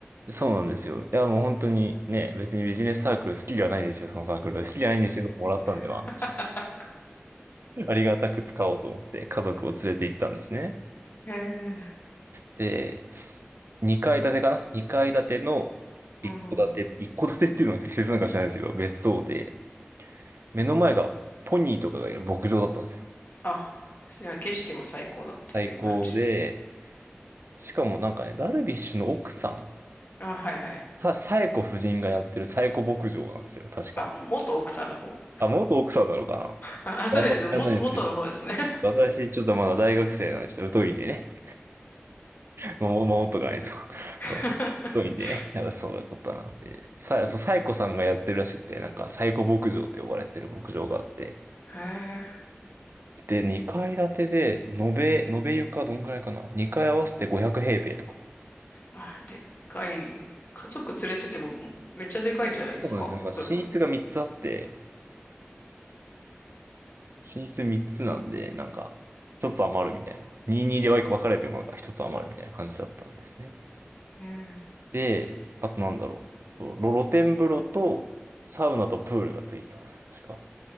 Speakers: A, on the right; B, on the left.
A: そうなんですよ。いや、もう本当にね、別にビジネスサークル好きではないんですよ、そのサークル。好きじゃないんですけど、もらったんで、
B: <laughs>
A: まあ、ありがたく使おうと思って、家族を連れて行ったんですね。
B: ええ
A: で、す二階建てかな二階建ての一戸建て、
B: うん。
A: 一戸建てっていうのは適切なのか知らないですけど、別荘で、目の前がポニーとかがいる牧場だったんですよ。
B: あ、じゃあ景色も最高だっていう感じ。
A: 最高で、しかもなんかね、ダルビッシュの奥さん、
B: あ、はいはい。
A: た、サエコ夫人がやってるサエコ牧場なんですよ、確か。
B: あ、元奥さんの方。
A: あ、元奥さんなのか
B: あ、あそうです。
A: なあんま知らないですけど、
B: も、元の方ですね。
A: 私ちょっとまだ大学生なんで、ちょっと疎いんでね。守守っとかないと。<laughs>
B: <laughs>
A: そう。太いんでね。なんかそういうことなんで。さ、そう、サイコさんがやってるらしくて、なんかサイコ牧場って呼ばれてる牧場があって。
B: へえ。
A: で、2階建てで、延べ、延べ床どんぐらいかな ?2 階合わせて500平米とか。
B: あ、でっかい。家族連れててもめっちゃでかいんじゃないですかそれでも。
A: そうなんですよ。なんか寝室が3つあって、寝室3つなんで、なんか、1つ余るみたいな。22で分かれてもなんか1つ余るみたいな感じだったんですね。
B: うん。
A: で、あとなんだろう。そう、露露天風呂とサウナとプールがついてたんですよ、確か。